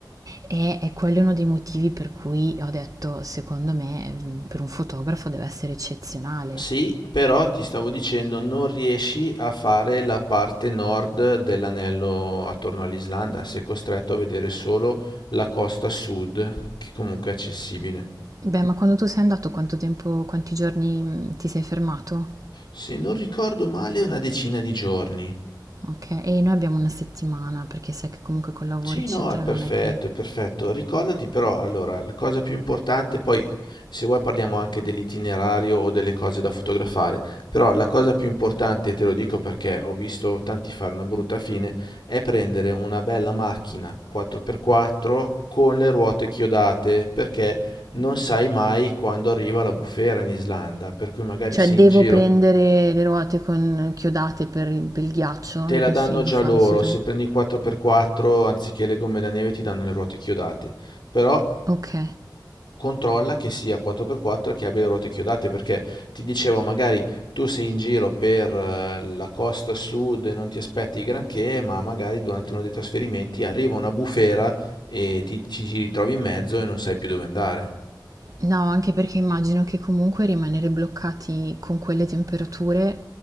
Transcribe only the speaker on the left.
Sì, però ti stavo dicendo, non riesci a fare la parte nord dell'anello attorno all'Islanda, sei costretto a vedere solo la costa sud, che comunque è accessibile.
Se non ricordo male, una decina di giorni.
Sì,
no, è perfetto,
è perfetto. Ricordati però, allora, la cosa più importante, poi se vuoi parliamo anche dell'itinerario o delle cose da fotografare, però la cosa più importante, te lo dico perché ho visto tanti fare una brutta fine, è prendere una bella macchina 4x4 con le ruote chiodate, perché non sai mai quando arriva la bufera in Islanda, per cui magari
sei
in giro,
te
la
danno
già
loro,
se prendi il 4x4 anziché le gomme da neve ti danno le ruote chiodate. Però
controlla che sia 4x4 e che abbia le ruote chiodate, perché ti dicevo, magari tu sei in giro per eh, la costa sud e non ti aspetti granché, ma magari durante uno dei trasferimenti arriva una bufera e ti, ti ritrovi in mezzo e non sai più dove andare.